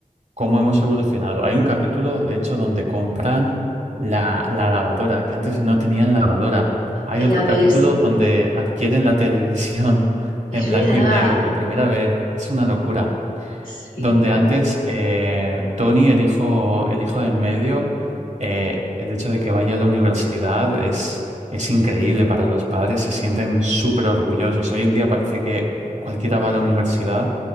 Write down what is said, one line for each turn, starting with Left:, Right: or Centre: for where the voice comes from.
Right: cómo hemos evolucionado. Hay un capítulo, de hecho, donde compran la, la lavadora, que antes no tenían lavadora. Hay
Left: Ah,
Right: otro
Left: ya
Right: capítulo
Left: ves,
Right: donde adquieren la televisión en
Left: es
Right: blanco
Left: verdad,
Right: y negro por primera vez. Es una locura
Left: sí,
Right: donde antes eh, Tony, el hijo, el hijo del medio, eh, el hecho de que vaya a la universidad es, es increíble para los padres, se sienten súper orgullosos. Hoy en día parece que cualquiera va a la universidad,